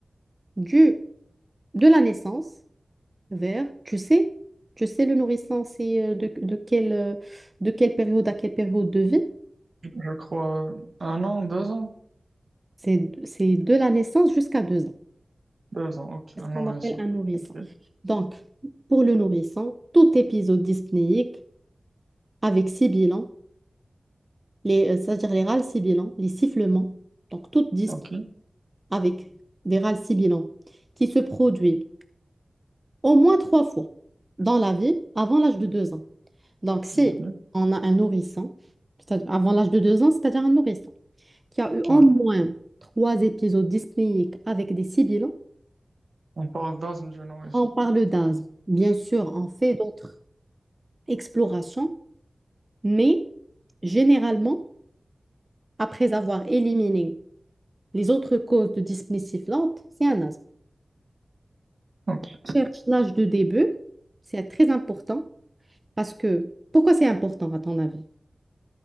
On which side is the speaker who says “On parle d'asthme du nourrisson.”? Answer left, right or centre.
Right